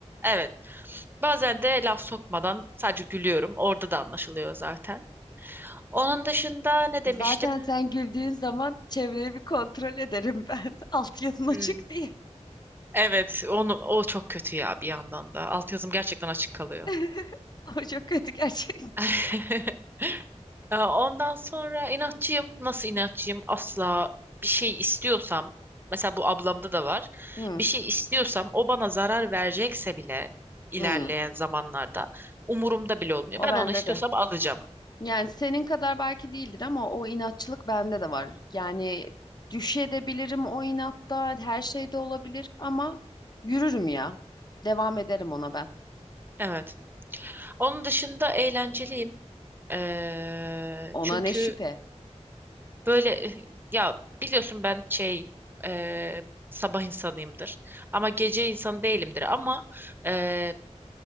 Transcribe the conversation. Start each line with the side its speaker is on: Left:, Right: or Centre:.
Right: evet. Bazen de laf sokmadan sadece gülüyorum. Orada da anlaşılıyor zaten. Onun dışında ne demiştim?
Left: Zaten sen güldüğün zaman çevreyi bir kontrol ederim ben. <laughs> Alt yazın açık
Right: Hmm,
Left: diye.
Right: evet, onu o çok kötü ya bir yandan da. Altyazım gerçekten açık kalıyor.
Left: <laughs> O çok kötü gerçekten.
Right: <laughs> Ee, Ondan sonra inatçıyım. Nasıl inatçıyım? Asla bir şey istiyorsam, mesela bu ablamda da var.
Left: Hı,
Right: Bir şey istiyorsam o bana zarar verecekse bile ilerleyen
Left: hı.
Right: zamanlarda umurumda bile olmuyor.
Left: O
Right: Ben
Left: bende
Right: onu istiyorsam
Left: de.
Right: alacağım.
Left: Yani senin kadar belki değildir ama o inatçılık bende de var. Yani düşebilirim o inatta, her şey de olabilir ama yürürüm ya. Devam ederim ona ben.
Right: Evet. Onun dışında eğlenceliyim. Eee,
Left: Ona
Right: çünkü
Left: ne şüphe.
Right: böyle <laughs> ya biliyorsun ben şey eee, sabah insanıyımdır. Ama gece insanı değilimdir. Ama eee,